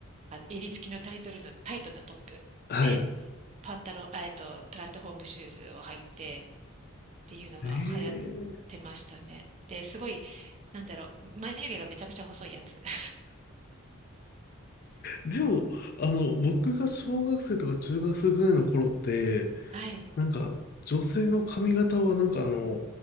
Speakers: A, on the right (about 30°); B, on the left (about 45°).
A: あの、襟付きのタイトルの、タイトのトップで、
B: はい。
A: パンタロン、あえっと、プラットフォームシューズを履いてっていうのが流行っ
B: ええ。
A: てましたね。で、すごい、なんだろう、眉毛がめちゃくちゃ細いやつ。<laughs>
B: でも、あの、僕が小学生とか中学生ぐらいの頃って、
A: はい。
B: なんか、女性の髪型はなんかあの、